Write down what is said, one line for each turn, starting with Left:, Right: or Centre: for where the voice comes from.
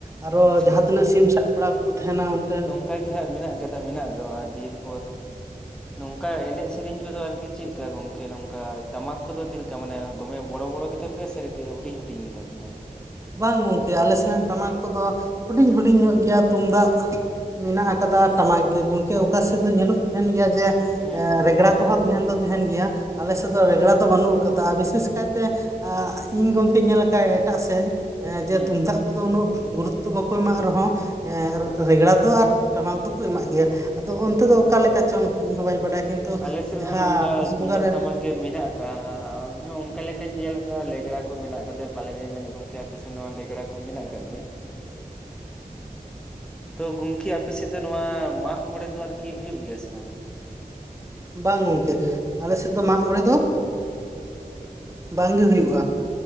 Right: ᱟᱨᱚ
Centre: ᱟᱪᱪᱷᱟ
Right: ᱡᱟᱦᱟᱸ ᱛᱤᱱᱟᱹᱜ ᱥᱤᱢ ᱥᱟᱵ ᱠᱚᱲᱟ ᱠᱚᱠᱩ ᱛᱟᱦᱮᱱᱟ ᱚᱱᱛᱮ
Centre: ᱚᱱᱠᱟᱜ ᱜᱮ ᱦᱟᱸᱜ ᱢᱮᱱᱟᱜ ᱠᱟᱫᱟ ᱢᱮᱱᱟᱜ ᱫᱚ ᱫᱤᱭᱮ ᱯᱚᱨ ᱱᱚᱝᱠᱟ ᱮᱱᱮᱡ ᱥᱮᱨᱮᱧ ᱠᱚᱫᱚ ᱟᱨᱠᱤ ᱪᱤᱠᱟ ᱜᱚᱝᱠᱮ ᱱᱚᱝᱠᱟ ᱴᱟᱢᱟᱠ ᱠᱚᱫᱚ ᱛᱟ ᱢᱟᱱᱮ ᱫᱚᱢᱮ ᱵᱚᱲᱚ ᱵᱚᱲᱚ ᱜᱮᱛᱟ ᱯᱮᱭᱟ ᱥᱮ ᱦᱩᱰᱤᱧ ᱦᱩᱰᱤᱧ ᱜᱮᱛᱟ ᱯᱮᱭᱟ?
Right: ᱵᱟᱝ ᱜᱚᱝᱠᱮ ᱟᱞᱮ ᱥᱮᱱᱟᱜ ᱴᱟᱢᱟᱠ ᱠᱚᱫᱚ ᱦᱩᱰᱤᱧ ᱦᱩᱰᱤᱧ ᱧᱚᱜ ᱜᱮᱭᱟ ᱛᱩᱢᱫᱟᱜ ᱢᱮᱱᱟᱜ ᱟᱠᱟᱫᱟ ᱴᱟᱢᱟᱠ ᱜᱮ ᱜᱚᱝᱠᱮ ᱚᱠᱟ ᱥᱮᱫ ᱫᱚ ᱧᱮᱞᱚᱜ ᱛᱟᱦᱮᱱ ᱜᱮᱭᱟ ᱡᱮ
Centre: ᱦᱮᱸ
Right: ᱮ
Centre: ᱦᱮᱸ ᱱᱚᱝᱠᱟ
Right: ᱨᱮᱜᱲᱟ ᱠᱚᱦᱚᱸ ᱛᱟᱦᱮᱱ ᱫᱚ ᱛᱟᱦᱮᱱ ᱜᱮᱭᱟ ᱟᱞᱮ ᱥᱮᱫ ᱫᱚ ᱨᱮᱜᱽᱲᱟ ᱫᱚ ᱵᱟᱹᱱᱩᱜ ᱟᱠᱟᱫᱟ ᱵᱤᱥᱮᱥ ᱠᱟᱭᱛᱮ ᱤᱧ ᱜᱚᱝᱠᱮ ᱧᱮᱞ ᱞᱮ ᱟᱠᱟᱜ ᱮᱴᱟᱜ ᱥᱮᱡ ᱡᱮ
Centre: ᱦᱩᱸ
Right: ᱛᱩᱢᱫᱟᱜ ᱠᱚᱫᱚ ᱩᱱᱟᱹᱜ ᱜᱩᱨᱩᱛᱛᱚ ᱵᱟᱠᱚ ᱮᱢᱟᱜ ᱨᱮᱦᱚᱸ ᱮ ᱨᱮᱜᱽᱲᱟ ᱫᱚ ᱟᱨ ᱴᱟᱢᱟᱠ ᱫᱚᱠᱚ ᱮᱢᱟᱜ ᱜᱮᱭᱟ᱾ ᱟᱫᱚ ᱚᱱᱛᱮ ᱫᱚ ᱚᱠᱟ ᱞᱮᱠᱟ
Centre: ᱚ
Right: ᱪᱚᱝ ᱤᱧ ᱦᱚᱸ ᱵᱟᱹᱧ ᱵᱟᱰᱟᱭᱟ ᱠᱤᱱᱛᱩ
Centre: ᱟᱞᱮ ᱥᱮᱫ
Right: ᱡᱟᱦᱟᱸ
Centre: ᱦᱚᱸ ᱱᱚᱝᱠᱟ
Right: ᱯᱩᱥ
Centre: ᱛᱩᱢᱫᱟᱜ
Right: ᱵᱚᱸᱜᱟ ᱨᱮ
Centre: ᱴᱟᱢᱟᱠ ᱜᱮ ᱢᱮᱱᱟᱜ ᱟᱠᱟᱫ ᱤᱧ ᱦᱚᱸ ᱚᱱᱠᱟ ᱞᱮᱠᱟᱧ ᱧᱮᱞ ᱟᱠᱟᱫᱼᱟ ᱞᱮᱜᱽᱲᱟ ᱠᱚ ᱢᱮᱱᱟᱜ ᱟᱠᱟᱫ ᱯᱟᱞᱮᱱᱤᱧ ᱢᱮᱱ ᱠᱚ ᱟᱯᱮ ᱥᱮᱫ ᱱᱚᱣᱟ ᱞᱮᱜᱽᱲᱟ ᱠᱚ ᱢᱮᱱᱟᱜ ᱟᱠᱟᱜ ᱜᱮ
Right: <inaudible>
Centre: ᱛᱚ ᱜᱚᱢᱠᱮ ᱟᱯᱮ ᱥᱮᱫ ᱫᱚ ᱱᱚᱣᱟ ᱢᱟᱜ ᱢᱚᱬᱮ ᱫᱚ ᱟᱨᱠᱤ ᱦᱩᱭᱩᱜ ᱜᱮᱭᱟ ᱥᱮ ᱵᱟᱝ?
Right: ᱵᱟᱝ ᱜᱚᱝᱠᱮ ᱟᱞᱮ ᱥᱮᱫ ᱫᱚ ᱢᱟᱜ ᱢᱚᱬᱮ ᱫᱚ ᱵᱟᱝᱜᱮ ᱦᱩᱭᱩᱜᱼᱟ᱾